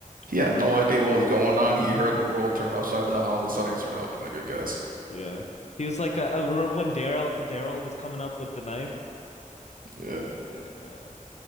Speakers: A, on the right (about 90°); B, on the left (about 55°).
A: he
B: Remember?
A: had no idea what was going on. He heard the world turn upside down. All of a sudden, he started helping the good guys.
B: Yeah. He was like, uh, uh, remember when Daryl Daryl was coming up with the knife?
A: Yeah.
B: Yeah, bro.